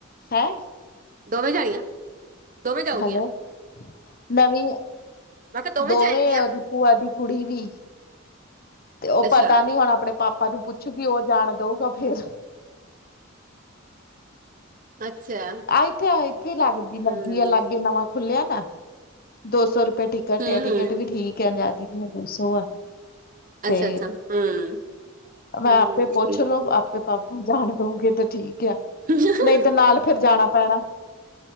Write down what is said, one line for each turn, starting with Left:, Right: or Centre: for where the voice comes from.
Left: ਹੈਂ।
Right: ਦੋਵੇਂ ਜਾਣੀਆਂ ਦੋਵੇਂ ਜਾਊਗੀਆਂ?
Left: ਹੈਲੋ ਨਵੀਂ
Right: ਮੈਂ ਕਿਹਾ
Left: ਦੋਵੇਂ
Right: ਜਾਏਗੀਆਂ
Left: ਉਹ ਦੀ ਭੂਆ ਦੀ ਕੁੜੀ ਵੀ। ਤੇ ਉਹ
Right: ਅੱਛਾ
Left: ਪਤਾ ਨੀ ਹੁਣ ਆਪਣੇ ਪਾਪਾ ਨੂੰ ਪੁੱਛੂਗੀ ਉਹ ਜਾਣ ਦਊਗਾ ਫੇਰ।
Right: ਅੱਛਾ
Left: ਆ ਇੱਥੇ ਇੱਥੇ ਹੀ ਲੱਗਦੀ
Right: ਹੂੰ
Left: ਲੱਗੀ ਆ ਲਾਗੇ ਨਵਾਂ। ਖੁੱਲਿਆ ਨਾ ਦੋ ਸੌ ਰੁਪਏ ਟਿਕਟ। ਘੱਟ
Right: ਹੂੰ
Left: ਆ ਟਿਕਟ
Right: ਹੂੰ
Left: ਵੀ ਠੀਕ ਆ ਆਜ਼ਾਦੀ ਨ ਆ ਦੋ ਸੋ ਆ
Right: ਅੱਛਾ
Left: ਤੇ।
Right: ਅੱਛਾ ਹੂੰ
Left: ਮੈਂ
Right: ਹੂੰ
Left: ਆਪੇ ਪੁੱਛ
Right: ਠੀਕ
Left: ਲੋੋ
Right: ਹੈ
Left: ਆਪੇ ਬਾਪੂ ਜਾਣ ਦਊਗੇ ਤੇ ਠੀਕ ਆ।
Right: ਹਾਂ <unintelligible>
Left: ਨਹੀਂ ਤੇ ਨਾਲ ਫਿਰ ਜਾਣਾ ਪੈਣਾ